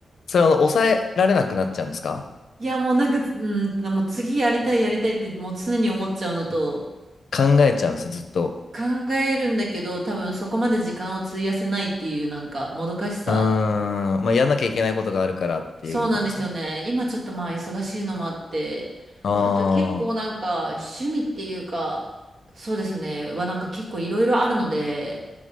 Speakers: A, on the left; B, on the right.
A: それはあの抑えられなくなっちゃうんですか
B: いや、もうなんか、うん、もう次やりたい、やりたいって、もう常に思っちゃうのと、
A: 考えちゃうんですね、ずっと。
B: 考えるんだけど、多分そこまで時間を費やせないっていうなんかもどかしさ。
A: うーん、まあ、やんなきゃいけないことがあるからっていうことですよね。
B: そうなんですよね。今ちょっとまあ忙しいのもあって。
A: あ
B: で、あと結構なんか趣味っていうか、そうですね。はなんか結構いろいろあるので、